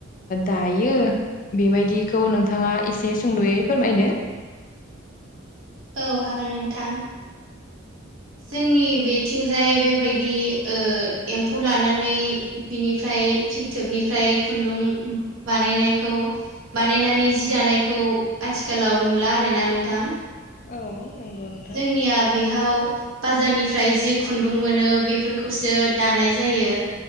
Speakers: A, on the left; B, on the right.
A: दायो। बेबायदिखौ नोंथाङा एसे सुंद'यै फोरमायदो।
B: औ हागोन नोंथां। जोंनि बेथिंजाय बेबायदि ओ एम्फौ लानानै बिनिफ्राय फिथोबनिफ्राय खुन्दुं बानायनायखौ बानायनानै जि दानायखौ आथिखालाव नुला आरोना नोंथां,
A: औ नंगौ नोंथां
B: जोंनिया बेयाव बाजारनिफ्राय जि खुन्दुं मोनो बेफोरखौसो दानाय जायो